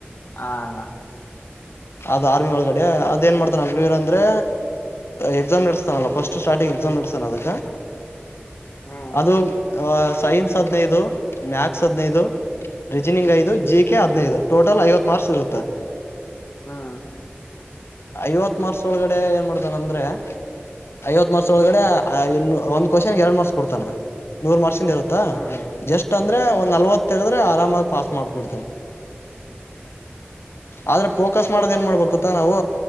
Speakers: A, on the left (about 55°); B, on the left (about 75°).
A: ಹಣ
B: ಅದ್ ಆರ್ಮಿ ಒಳಗಡೆ ಅದ್ ಏನ್ ಮಾಡ್ತಾನ ಅಜವೀರ ಅಂದ್ರೆ ಎಕ್ಸಾಮ್ ನಡ್ಸ್ತಾನಲ್ಲ ಫಸ್ಟ್ ಸ್ಟಾರ್ಟಿಂಗ್ ಎಕ್ಸಾಮ್ ನಡೆಸ್ತಾನ ಅದಕ್ಕೆ
A: ಹ್ಮ್
B: ಅದು ಅ ಸೈನ್ಸ್ ಹದ್ನೈದು ಮ್ಯಾಥಸ್ ಹದ್ನೈದು ರೀಜನಿಂಗ್ ಐದು ಜಿ ಕೆ ಹದಿನೈದು ಟೋಟಲ್ ಐವತ್ತು ಮಾರ್ಕ್ಸ್ ಇರುತ್ತೆ
A: ಹ್ಮ್
B: ಐವತ್ ಮಾರ್ಷ ಒಳಗಡೆ ಏನ್ ಮಾಡ್ತಾನ ಅಂದ್ರೆ ಐವತ್ ವರ್ಷ ಒಳಗಡೆ ಇನ್ನು ಒಂದ್ ಕ್ವಶನ್ ಎರಡು ಮಾರ್ಷ ಕೊಡ್ತಾನ ನೂರ್ ವರ್ಷ ಇರುತ್ತಾ
A: ಹ್ಮ್
B: ಜಸ್ಟ್ ಅಂದ್ರೆ ಒಂದ್ ನಲ್ವತ್ ತೆಗದ್ರೆ ಆರಾಮಾಗಿ ಪಾಸ್ ಮಾಡ್ಬಿಡ್ತಾನ ಆದ್ರೆ ಫೋಕಸ್ ಮಾಡದ ಏನ್ ಮಾಡ್ಬೇಕುತ್ತ ನಾವು